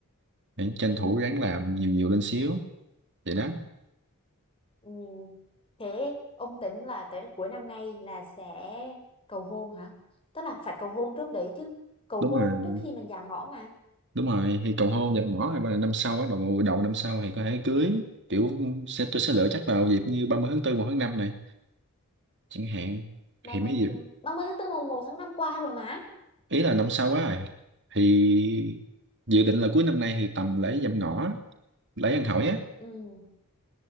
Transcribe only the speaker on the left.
ừ
Ừ. Thế ông tính là tới cuối năm nay là sẽ cầu hôn hả? Tức là phải cầu hôn trước đấy chứ. Cầu
hôn
trước khi mình giảm ngõ mà.
30
tháng
4. 30 tháng tư mùng một tháng 5 qua rồi mà.
Ừ.